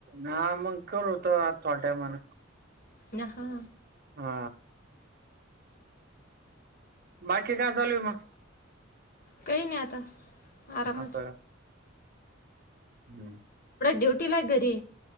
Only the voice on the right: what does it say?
हा मग करू तो आज च्योट्या मना
हा बाकी काय चालू आहे मग
असं आहे. हम्म